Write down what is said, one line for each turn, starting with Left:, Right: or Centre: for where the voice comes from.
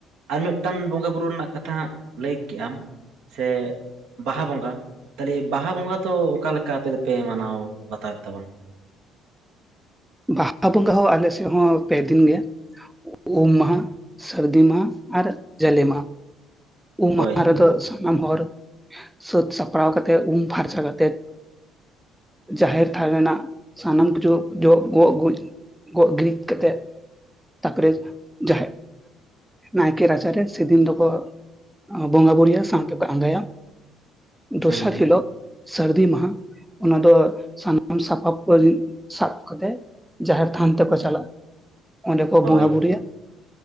Right: ᱟᱨ ᱢᱤᱫᱴᱟᱝ ᱵᱚᱸᱜᱟ ᱵᱩᱨᱩ ᱨᱮᱱᱟᱜ ᱠᱟᱛᱷᱟ ᱦᱟᱜ ᱞᱟᱹᱭ ᱠᱮᱜ ᱟᱢ? ᱪᱮᱫ ᱵᱟᱦᱟ ᱵᱚᱸᱜᱟ ᱛᱟᱦᱚᱞᱮ ᱵᱟᱦᱟ ᱵᱚᱸᱜᱟ ᱫᱚ ᱚᱠᱟᱮᱠᱟ ᱟᱯᱮ ᱫᱚᱯᱮ ᱢᱟᱱᱟᱣ ᱵᱟᱛᱟᱣᱮᱫ ᱛᱟᱵᱚᱱᱟ?
Centre: ᱵᱟᱦᱟ ᱵᱚᱸᱜᱟ ᱦᱚᱸ ᱟᱞᱮ ᱥᱮᱫ ᱦᱚᱸ ᱯᱮ ᱫᱤᱱ ᱜᱮ᱾ ᱩᱢ ᱢᱟᱦᱟ, ᱥᱟᱹᱨᱫᱤ ᱢᱟᱦᱟ, ᱟᱨ ᱡᱟᱞᱮ ᱢᱟᱦᱟ᱾ ᱩᱢ
Right: ᱦᱳᱭ
Centre: ᱢᱟᱦᱟ ᱨᱮᱫᱚ ᱥᱟᱱᱟᱢ ᱦᱚᱨ ᱥᱟᱹᱛ ᱥᱟᱯᱲᱟᱣ ᱠᱟᱛᱮᱫ, ᱩᱢ ᱯᱷᱟᱨᱪᱟ ᱠᱟᱛᱮᱫ ᱡᱟᱦᱮᱨ ᱛᱷᱟᱱ ᱨᱮᱱᱟᱜ ᱥᱟᱱᱟᱢ ᱡᱚᱜ, ᱡᱚᱜ, ᱜᱚᱜ, ᱜᱩᱡ ᱜᱚᱜ ᱜᱩᱨᱤᱡ ᱠᱟᱛᱮᱫ ᱛᱟᱨᱯᱚᱨᱮ ᱡᱟᱦᱮᱫ ᱱᱟᱭᱠᱮ ᱨᱟᱪᱟ ᱨᱮ ᱥᱮ ᱫᱤᱱ ᱫᱚᱠᱚ ᱵᱚᱸᱜᱟ ᱵᱩᱨᱩᱭᱟᱹ ᱥᱟᱶᱛᱮ ᱠᱚ ᱟᱸᱜᱟᱭᱟ᱾ ᱫᱚᱥᱟᱨ
Right: ᱦᱩᱸ
Centre: ᱦᱤᱞᱚᱜ ᱥᱟᱹᱨᱫᱤ ᱢᱟᱦᱟ ᱚᱱᱟ ᱫᱚ ᱥᱟᱱᱟᱢ ᱥᱟᱯᱟᱵᱽ ᱠᱚ ᱥᱟᱵ ᱠᱟᱛᱮᱫ ᱡᱟᱦᱮᱨᱛᱷᱟᱱ ᱛᱮᱠᱚ ᱪᱟᱞᱟᱜ᱾ ᱚᱸᱰᱮ ᱠᱚ
Right: ᱦᱳᱭ
Centre: ᱵᱚᱸᱜᱟ ᱵᱩᱨᱩᱭᱟ᱾